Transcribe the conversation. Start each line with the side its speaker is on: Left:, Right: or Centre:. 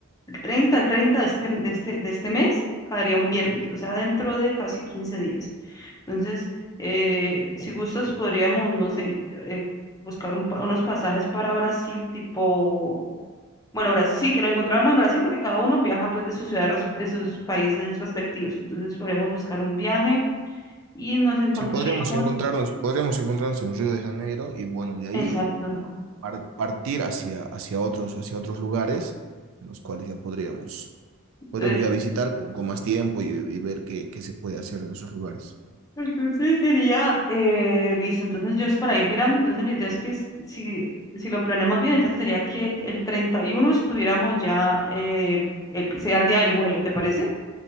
Left: El treinta el 30 de este, de este, de este mes caería un viernes, o sea, dentro de casi 15 días. Entonces, eh, si gustas, podríamos, no sé, eh, buscar un pa- unos pasajes para Brasil, tipo, bueno, Brasil, sí, que nos encontráramos en Brasil porque cada uno viaja pues de su ciudad, res- de sus países respectivos. Entonces, podríamos buscar un viaje y nos encontraríamos.
Right: Sí, podríamos encontrarnos, podríamos encontrarnos en Río de Janeiro y bueno, de ahí
Left: Exacto.
Right: eh, par- partir hacia, hacia otros, hacia otros lugares en los cuales ya podríamos, podríamos
Left: Entonces,
Right: ya visitar con, con más tiempo y, y ver qué, qué se puede hacer en esos lugares.
Left: Entonces sería, eh, listo, entonces yo es para ir mirando, entonces la idea es que s- si, si lo planeamos bien, entonces sería que el, el 31 estuviéramos ya, eh, el- sea el día del vuelo, ¿te parece?